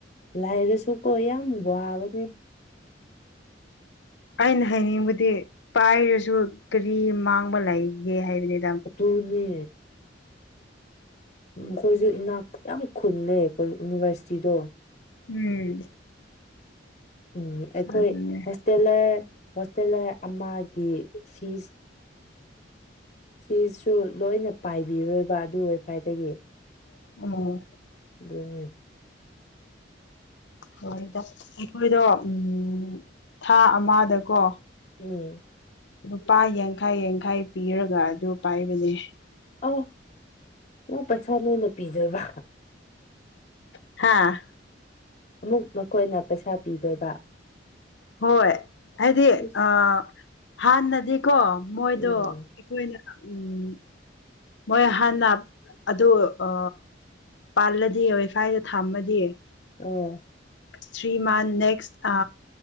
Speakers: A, on the left; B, on the left.
A: ꯂꯥꯏꯔꯔꯁꯨꯀꯣ ꯌꯥꯝ ꯋꯥꯕꯅꯦ
B: ꯑꯩꯅ ꯍꯥꯏꯅꯤꯡꯕꯗꯤ ꯄꯥꯏꯔꯁꯨ ꯀꯔꯤ ꯃꯥꯡꯕ ꯂꯩꯒꯦ ꯍꯥꯏꯕꯅꯤ
A: ꯑꯇꯨꯅꯦ ꯎꯝ ꯑꯈꯣꯏꯁꯨ ꯏꯅꯥꯛ ꯌꯥꯝ ꯈꯨꯜꯂꯦ ꯑꯩꯈꯣꯏ ꯌꯨꯅꯤꯚꯔꯁꯤꯇꯤꯗꯣ
B: ꯎꯝ
A: ꯎꯝ ꯑꯩꯈꯣꯏ
B: ꯑꯗꯨꯅꯦ
A: ꯍꯣꯁ ꯇꯦꯂꯔ ꯍꯣꯁꯇꯦꯂꯔ ꯑꯃꯒꯤ ꯐꯤꯁ ꯐꯤꯁꯁꯨ ꯂꯣꯏꯅ ꯄꯥꯏꯕꯤꯔꯣꯏꯕ ꯑꯗꯨ ꯋꯥꯏꯐꯥꯏꯗꯒꯤ
B: <unintelligible>
A: ꯗꯨꯅꯦ
B: ꯍꯣꯏꯗ ꯑꯩꯈꯣꯏꯗꯣ ꯎꯝ ꯊꯥ ꯑꯃꯗꯀꯣ
A: ꯎꯝ
B: ꯂꯨꯄꯥ ꯌꯥꯡꯈꯩ ꯌꯥꯡꯈꯩ ꯄꯤꯔꯒ ꯑꯗꯨ ꯄꯥꯏꯕꯅꯦ
A: ꯑꯧ ꯑꯣ ꯄꯩꯁꯥ ꯅꯣꯏꯅ ꯄꯤꯗꯣꯏꯕ
B: ꯍꯥꯥ
A: ꯑꯃꯨꯛ ꯅꯈꯣꯏꯅ ꯄꯩꯁꯥ ꯄꯤꯗꯣꯏꯕ
B: ꯍꯣꯏ ꯍꯥꯏꯗꯤ
A: ꯏꯁ
B: ꯑ ꯍꯥꯟꯅꯗꯤꯀꯣ ꯃꯣꯏꯗꯣ
A: ꯎꯝ
B: ꯑꯩꯈꯣꯏꯅ ꯎꯝ ꯃꯣꯏ ꯍꯥꯟꯅ ꯑꯗꯨ ꯑ ꯄꯥꯜꯂꯗꯤ ꯋꯥꯏꯐꯥꯏꯗ ꯊꯝꯃꯗꯤ
A: ꯑꯣ
B: ꯊ꯭ꯔꯤ ꯃꯟ ꯅꯦꯛꯁ ꯑ